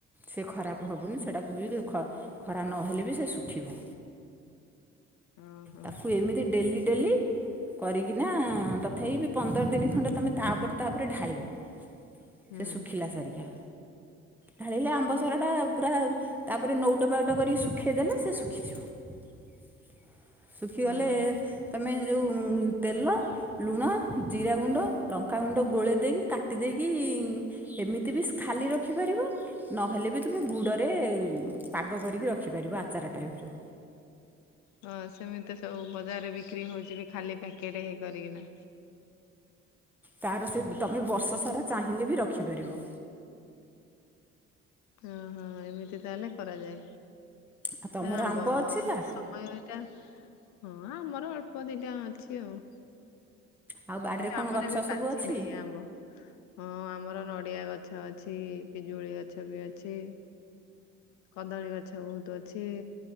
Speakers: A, in the centre; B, on the left.
A: ସେ ଖରାପ ହେବନି ସେଇଟାକୁ ବି ଖରା ନହେଲେ ବି ସେ ଶୁଖିବ।
B: ଓହୋ
A: ତାକୁ ଏମିତି ଡେଲି ଡେଲି କରିକିନା ତଥାପି ବି ପନ୍ଦର ଦିନ ଖଣ୍ଡେ ତମେ ତାପରେ ତାପରେ ଢାଳିବ
B: ହୁଁ
A: ସେ ଶୁଖିଲା ସାରିିକା ଢାଳିଲେ ଆମ୍ବ ସରାଟା ପୁରା ତାପରେ ନଉଟ ପାଉଟ କରିକି ଶୁଖେଇଦେଲେ ସେ ଶୁଖିଯିବ। <inaudible> ଶୁଖିଗଲେ
B: ଓହୋ।
A: ତମେ ଯଉ ତେଲ ଲୁଣ, ଜିରାଗୁଣ୍ଡ ଲଙ୍କାଗୁଣ୍ଡ ଗୋଳେଇ ଦେଇକି କାଟି ଦେଇକି ଏମିତି ବି ଖାଲି ରଖିପାରିବ। ନହେଲେ ବି ତୁମେ ଗୁଡ଼ରେ ପାଗ କରିକି ରଖିପାରିବ ଆଚାର ଟାଇପର।
B: ହଁ ସେମିତି ସବୁ ବଜାରରେ ବିକ୍ରି ହଉଛି ବି ଖାଲି ପ୍ୟାକେଟ କରିକିନା।
A: ତାର ସେ ତମେ ବର୍ଷ ସାରା ଚାହିଁଲେ ବି ରଖିପାରିବ।
B: ଓ ହଁ ଏମିତି ତାହେଲେ କରାଯାଏ
A: ଆଉ ତମର
B: ନା ଆମ୍ୱ
A: ଆମ୍ବ ଅଛି ନା
B: ସମୟ ଟା ହଁ ଆମର ଅଳ୍ପ ଦିଟା ଅଛି ଆଉ।
A: ଆଉ ବାଡ଼ିରେ କଣ
B: ଆମର
A: ଗଛ
B: ଏବେ
A: ସବୁ
B: ପାଚି
A: ଅଛି
B: ନାହିଁ ଆମ୍ବ। ହଁ ଆମର ନଡ଼ିଆ ଗଛ ଅଛି ପିଜୁଳି ଗଛ ବି ଅଛି। କଦଳୀ ଗଛ ବହୁତ ଅଛି